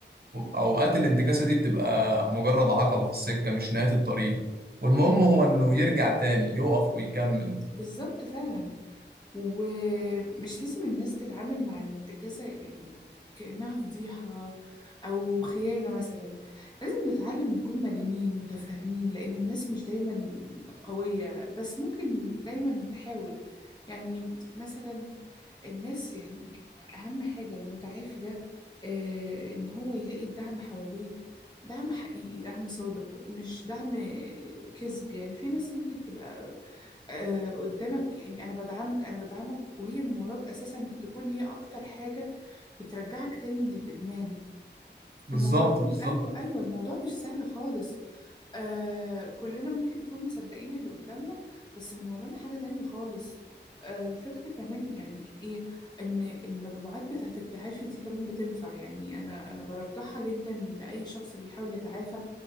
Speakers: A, on the right; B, on the left.
A: اوقات الانتكاسه دي بتبقى مجرد عقبه في السكه مش نهايه الطريق والمهم هو انه يرجع تاني يقف ويكمل
B: بالظبط فعلا ومش لازم الناس تتعامل مع الانتكاسة يعني كأنها فضيحة أو خيانة مثلا لازم نتعلم نكون مرنين متفاهمين لأن الناس مش دايما قوية بس ممكن دايما تحاول يعني مثلا الناس يعني أهم حاجة المتعافي ده آه، إن هو يلاقي الدعم حواليه دعم حقيقي دعم صادق مش دعم كذب يعني في ناس ممكن تبقى آه، قدامك يعني انا بدعمك انا بدعمك وهي من وراك اساسا تكون هي اكتر حاجة بترجعك تاني للادمان
A: بالظبط
B: الموضوع م-
A: بالظبط
B: ايوه ايوه الموضوع مش سهل خالص آه كلنا ممكن نكون مصدقين اللي قدامنا بس من ورانا حاجة تانية خالص آه الفكرة كمان يعني ايه ان المجموعات بتاعت التعافي دي كمان بتنفع يعني انا انا برجحها جدا لأي شخص بيحاول يتعافى